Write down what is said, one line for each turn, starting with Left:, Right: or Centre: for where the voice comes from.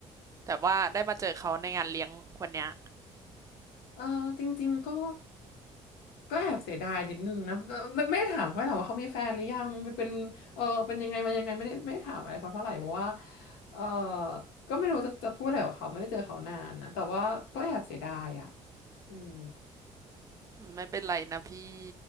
Right: แบบว่าได้มาเจอเขาในงานเลี้ยงวันเนี้ย
Left: เออจริงๆก็ ก็แอบเสียดายนิดนึงนะก็ไม่ถามเขาถามว่าเขามีแฟนหรือยังมันเป็นเออเป็นยังไงมายังไงไม่ได้ไม่ได้ถามอะไรเขาเท่าไหร่เพราะว่าเออก็ไม่รู้จะจะพูดอะไรกับเขาไม่ได้เจอเขานานนะแต่ว่าก็แอบเสียดายอ่ะอืม
Right: ไม่เป็นไรนะพี่